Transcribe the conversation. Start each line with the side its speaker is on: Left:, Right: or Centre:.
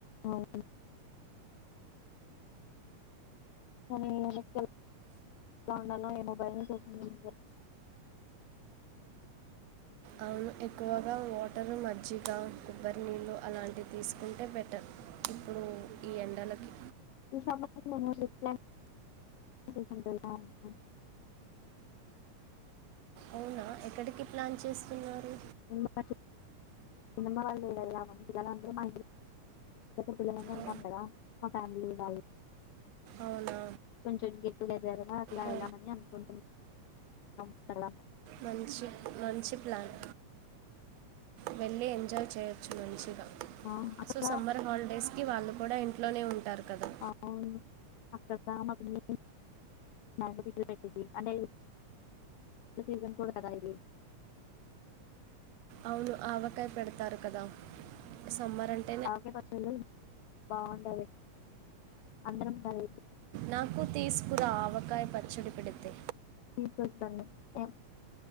Left: అవును కానీ ఈ ఎండక్కేల్ ఎలా ఉండాలో ఏమో భయమేసేస్తుంది ముందే
Right: అవును ఎక్కువగా వాటర్ మజ్జిగా కొబ్బరి నీళ్ళు అలాంటివి తీసుకుంటే బెటర్ ఇప్పుడు ఈ ఎండలకి
Left: <unintelligible>
Right: అవునా ఎక్కడికి ప్లాన్ చేస్తున్నారు
Left: <unintelligible> పిల్లలందరు మా ఇంటి అయితే పిల్లలందరం
Right: ఆ,
Left: ఉంటం కదా మా ఫ్యామిలీ వాళ్ళు
Right: అవునా
Left: కొంచుండి <unintelligible> అట్లా
Right: ఆ,
Left: వెళ్దామని అనుకుంటున్నాం అంస్తడ
Right: మంచి మంచి ప్లాన్ వే ళ్ళీ ఎంజాయ్ చేయొచ్చు మంచిగా
Left: ఆ, అక్కడ
Right: సో సమ్మర్ హాలిడేస్ కి వాళ్ళు కూడా ఇంట్లోనే ఉంటారు కదా
Left: అవును అక్క డా మ పిన్ని <unintelligible> పెట్టిది అంటే సీజన్ కూడా కదా ఇది
Right: అవును ఆవ పెడతారు కదా సమ్మర అంటే
Left: ఆకాయ పచ్చడి బాగుంట ఏ అందరం కల్
Right: నాకు తీసుకురా ఆవకాయ పచ్చడి పెడ ంతే
Left: తీసుకొస్తాన్ లే